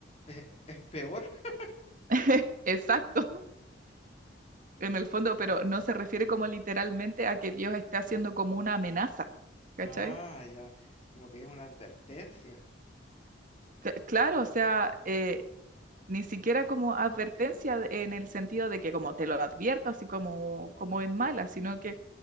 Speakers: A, on the left (about 35°); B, on the right (about 50°).
A: eh, es peor. <laughs>
B: <laughs> Exacto, en el fondo, pero no se refiere como literalmente a que Dios esté haciendo como una amenaza,
A: Ah,
B: ¿cachai?
A: ya. Como que es una advertencia.
B: C- claro, o sea, eh, ni siquiera como advertencia de- en el sentido de que como te lo advierto, así como, como en mala, sino que